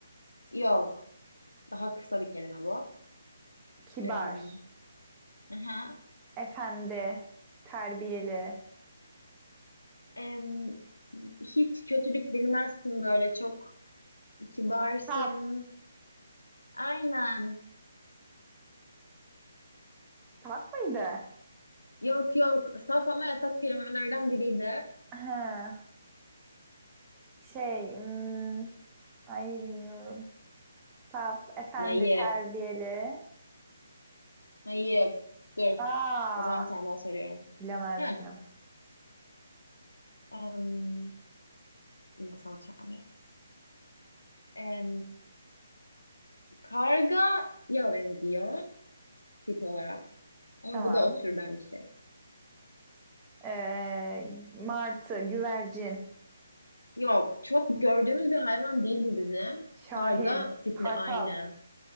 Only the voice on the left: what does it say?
yok. Daha kısa bir kelime bu.
Em, aha.
Em, hiç kötülük bilmezsin böyle çok kibarsın.
Aynen.
Yok yok. Saf ama yasak kelimelerden biriydi.
Naif.
Naif. Dur.
O zaman bir tane daha soruyorum.
Hem, em, nasıl anlatacağım ya? Kargaya benziyor tip olarak. Ama
bu da o türden bir şey.
Yok, çok gördüğümüz bir hayvan değil bu bizim.
Karga tipli
aynı.